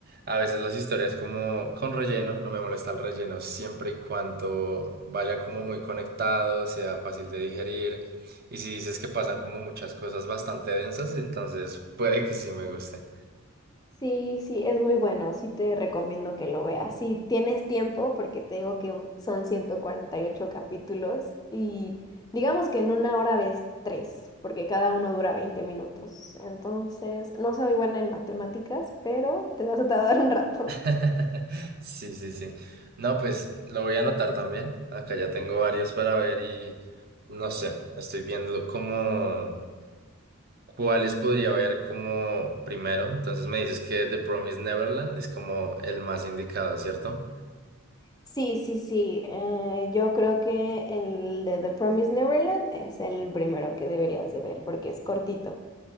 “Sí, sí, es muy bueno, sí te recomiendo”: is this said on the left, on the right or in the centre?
Left